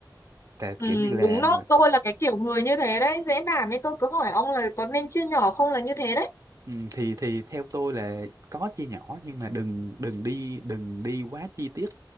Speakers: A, on the right (about 45°); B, on the left (about 40°).
A: tại
B: Ừ,
A: kiểu như là
B: đúng đó,
A: mình-
B: tôi là cái kiểu người như thế đấy, dễ nản nên tôi cứ hỏi ông là có nên chia nhỏ không là như thế đấy.
A: ừ, thì thì theo tôi là có chia nhỏ nhưng mà đừng đừng đi đừng đi quá chi tiết